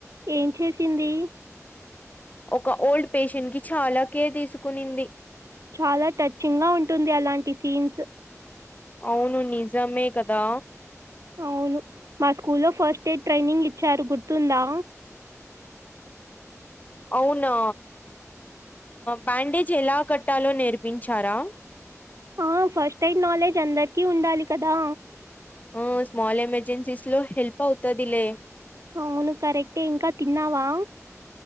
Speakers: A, on the right; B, on the left.
A: ఏం చేసింది.
B: ఒక ఓల్డ్ పేషెంట్ కి చాలా కేర్ తీసుకునింది.
A: చాలా టచింగ్ గా ఉంటుంది. అలాంటి సీన్స్
B: అవును నిజమే కదా
A: అవును మా స్కూల్ లో ఫస్ట్ ఎయిడ్ ట్రైనింగ్ ఇచ్చారు గుర్తుందా
B: అవునా బ్యాండేజ్ ఎలా కట్టాలో నేర్పించారా
A: ఆ ఫస్ట్ ఎయిడ్ నాలెడ్జ్ అందరికి ఉండాలి. కదా
B: ఆ స్మల్ ఎమర్జెన్సీస్ లో హెల్ప్ అవుతదిలే
A: అవును కరెక్టే ఇంకా తిన్నావా